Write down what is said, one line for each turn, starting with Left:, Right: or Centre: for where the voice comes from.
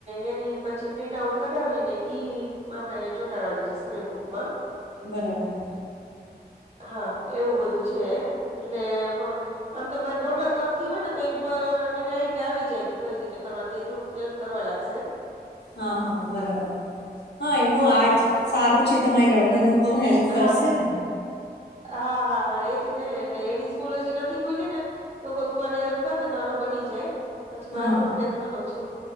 Right: એની પછી પ્રિન્ટ આઉટ કરાવીને ઈ આપણે ચોંટાડવાની છે સ્ક્રેપ બુકમાં
Left: બરાબર
Right: હા એવું બધું છે એટલે આમ તો મારી ડોટર કરતી હોય ને તો આઈડિયા આવી જાય કે કઈ રીતે કરવા તો એ થોડુંક હેલ્પ કરવા લાગશે
Left: હા હા બરાબર હા એમનું આર્ટ
Right: હા એજ
Left: સારું છે તમારી ડોટ ટર નુ તો હેલ્પ કરશે
Right: હા
Left: ને.
Right: હા હા હા એજ ને એટલે એની સ્કૂલ હજી નથી ખુઈલી ને તો તું આને હેલ્પ કર ને તો આનું બની જાય પછી મારે
Left: હા
Right: થોડું ટેન્શન ઓછું